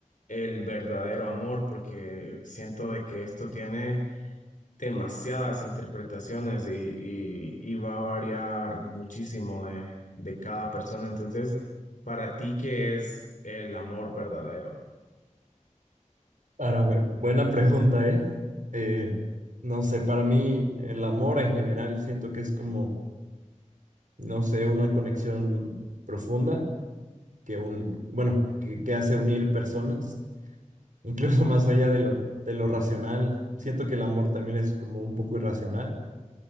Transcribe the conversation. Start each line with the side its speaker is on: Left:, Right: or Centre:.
Left: el verdadero amor, porque siento de que esto tiene demasiadas interpretaciones y, y- y va a variar muchísimo de, de cada persona. Entonces, para ti, ¿qué es el amor verdadero?
Right: Para ver, buena pregunta, ¿eh? Eh, no sé, para mí el amor en general siento que es como, no sé, una conexión profunda que un, bueno, que, que hace unir personas, incluso <laughs> más allá de lo, de lo racional. Siento que el amor también es como un poco irracional,